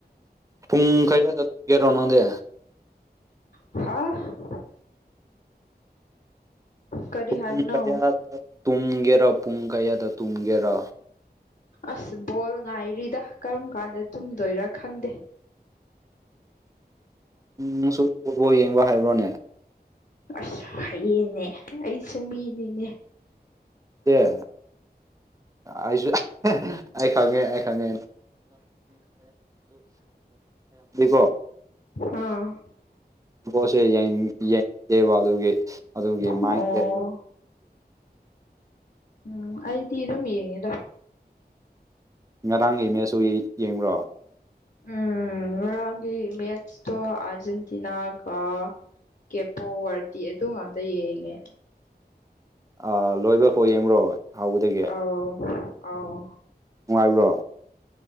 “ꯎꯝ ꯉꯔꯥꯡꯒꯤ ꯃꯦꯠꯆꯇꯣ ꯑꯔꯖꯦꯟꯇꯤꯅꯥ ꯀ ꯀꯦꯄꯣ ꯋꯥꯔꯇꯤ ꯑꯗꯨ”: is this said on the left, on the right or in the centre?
Left